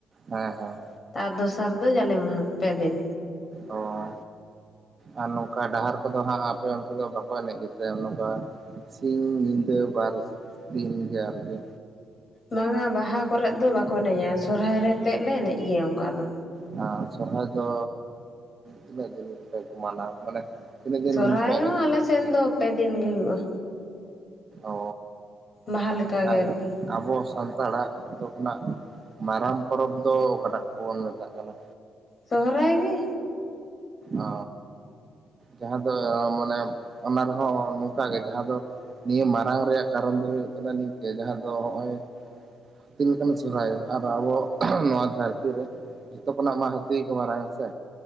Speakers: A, on the right; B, on the left.
A: ᱦᱮᱸ ᱦᱮᱸ
B: ᱛᱟᱨ ᱫᱚᱥᱟᱨ ᱫᱚ ᱡᱟᱞᱮ ᱢᱟᱦᱟ ᱯᱮ ᱫᱤᱱ
A: ᱚ ᱟᱨ ᱱᱚᱝᱠᱟ ᱰᱟᱦᱟᱨ ᱠᱚᱫᱚ ᱦᱟᱸᱜ ᱟᱯᱮ ᱩᱱᱠᱩ ᱫᱚ ᱵᱟᱠᱚ ᱮᱱᱮᱡ ᱜᱮᱛᱮ ᱱᱚᱝᱠᱟ ᱥᱤᱧ ᱧᱤᱫᱟᱹ ᱵᱟᱨ ᱫᱤᱱ ᱜᱮ ᱟᱨᱜᱮ
B: ᱵᱟᱝᱟ ᱵᱟᱦᱟ ᱠᱚᱨᱮᱮᱫ ᱫᱚ ᱵᱟᱠᱚ ᱮᱱᱮᱡᱟ ᱥᱚᱨᱦᱟᱭ ᱨᱮᱛᱮ ᱞᱮ ᱮᱱᱮᱡ ᱜᱮᱭᱟ ᱚᱱᱠᱟ ᱫᱚ
A: ᱟᱨ ᱥᱚᱨᱦᱟᱭ ᱫᱚ ᱛᱤᱱᱟᱹᱜ ᱫᱤᱱᱯᱮ ᱢᱟᱱᱟᱣ ᱢᱟᱱᱮ ᱛᱤᱱᱟᱹᱜ ᱫᱤᱱ
B: ᱥᱚᱦᱟᱨᱟᱭ
A: ᱯᱮ ᱮᱱᱮᱡ
B: ᱦᱚᱸ ᱟᱞᱮ ᱥᱮᱱ ᱫᱚ ᱯᱮ ᱫᱤᱱ ᱜᱮ ᱦᱩᱭᱩᱜᱼᱟ
A: ᱚ
B: ᱵᱟᱦᱟ ᱞᱮᱠᱟᱜᱮ
A: ᱟᱨ
B: ᱟᱨᱠᱤ
A: ᱟᱵᱚ ᱥᱟᱱᱛᱟᱲ ᱥᱟᱱᱛᱟᱲᱟᱜ ᱡᱚᱛᱚ ᱠᱷᱚᱱᱟᱜ ᱢᱟᱨᱟᱝ ᱯᱚᱨᱚᱵᱽ ᱫᱚ ᱚᱠᱟᱴᱟᱜ ᱠᱚᱵᱚᱱ ᱢᱮᱛᱟᱜ ᱠᱟᱱᱟ
B: ᱥᱚᱦᱚᱨᱟᱭ ᱜᱮ
A: ᱚ ᱡᱟᱦᱟᱸ ᱫᱚ ᱢᱟᱱᱮ ᱚᱱᱟ ᱨᱮᱦᱚᱸ ᱱᱚᱝᱠᱟᱜᱮ ᱡᱟᱦᱟᱸ ᱫᱚ ᱱᱤᱭᱟᱹ ᱢᱟᱨᱟᱝ ᱨᱮᱭᱟᱜ ᱠᱟᱨᱚᱱ ᱫᱚ ᱦᱩᱭᱩᱜ ᱠᱟᱱᱟ ᱱᱤᱝᱠᱟᱹ ᱡᱟᱦᱟᱸ ᱫᱚ ᱱᱚᱜᱼᱚᱭ ᱦᱟᱹᱛᱤ ᱞᱮᱠᱟᱱ ᱥᱚᱨᱚᱦᱦᱟᱭ ᱟᱨ ᱟᱵᱚ ᱱᱚᱣᱟ ᱫᱷᱟᱹᱨᱛᱤ ᱨᱮ ᱡᱷᱚᱛᱚ ᱠᱷᱚᱱᱟᱜ ᱢᱟ ᱦᱟᱹᱛ ᱠᱚ ᱢᱟᱨᱟᱝ ᱦᱸ ᱥᱮ